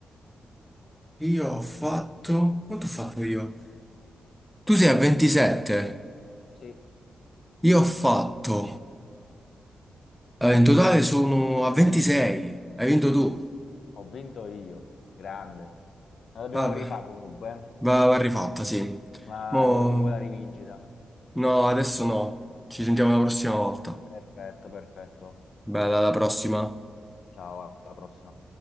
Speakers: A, in the centre; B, on the left (about 65°).
A: Io ho fatto... Quanto ho fatto io? Tu sei a 27.
B: Sì.
A: Io ho fatto... eh, in totale sono a 26. Hai vinto tu.
B: Ho vinto io, grande. La dobbiamo
A: Vabbè.
B: rifare comunque, eh.
A: Va, va rifatta, sì.
B: ma
A: Mo...
B: se vuoi la rivincita.
A: No, adesso no. Ci sentiamo la prossima volta.
B: Perfetto, perfetto.
A: Bella, alla prossima.
B: Ciao, alla prossima.